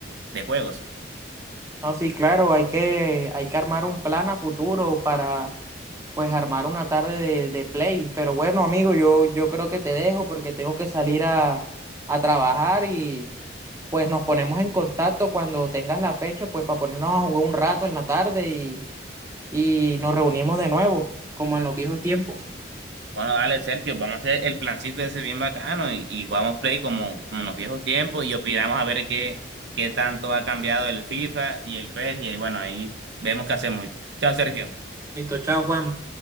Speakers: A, on the right; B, on the right.
A: de juegos.
B: No, sí, claro, hay que, hay que armar un plan a futuro para, pues, armar una tarde de, de play. Pero bueno, amigo, yo, yo creo que te dejo porque tengo que salir a, a trabajar y, pues, nos ponemos en contacto cuando tengas la fecha, pues, para ponernos a jugar un rato en la tarde y, y nos reunimos de nuevo, como en los viejos tiempos.
A: Bueno, dale, Sergio, vamos a hacer el plancito ese bien bacano y, y jugamos play como, como en los viejos tiempos y opinamos a ver qué, qué tanto ha cambiado el FIFA y el PES y bueno, ahí vemos qué hacemos. Chao, Sergio.
B: Listo, chao, Juan.